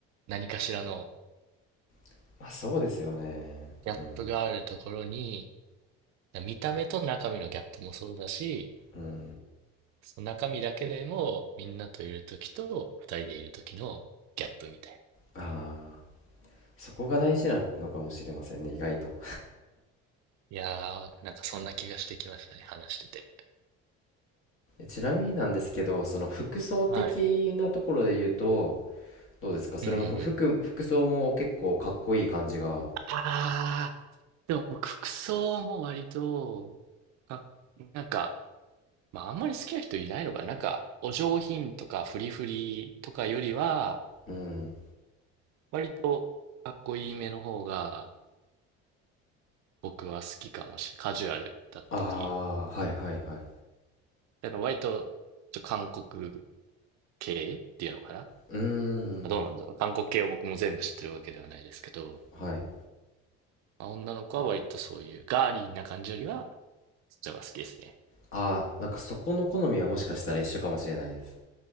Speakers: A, on the right (about 60°); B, on the left (about 45°).
A: 何かしらの
B: <laughs> まあ、そうですよね。
A: ギャップがあるところに、
B: うん。
A: 見た目と中身のギャップもそうだし、
B: うん。
A: その中身だけでも、みんなといるときと、二人でいるときのギャップみたいな。
B: ああ、そこが大事なのかもしれませんね、意外と。
A: いやー、なんかそんな気がしてきましたね、話してて。
B: ちなみになんですけど、その服装的なところで言うと、
A: はい。
B: どうですかそれもふ服、
A: うんうんうん。
B: 服装も結構かっこいい感じが。
A: あー、でも僕服装も割と、かなんか、まああんまり好きな人いないのかな。なんか、お上品とかフリフリとかよりは、
B: うん。
A: 割とかっこいいめの方が僕は好きかもしれない。カジュアルだったり。
B: ああ、はいはいはい。
A: だから割と、ちょ韓国系っていうのかな。
B: うーん。
A: どうなんだろう。韓国系を僕も全部知ってるわけではないですけど、
B: はい。
A: まあ、女の子は割とそういうガーリーな感じよりは、そっちの方が好きですね。
B: ああ、なんかそこの好みはもしかしたら一緒かもしれないです。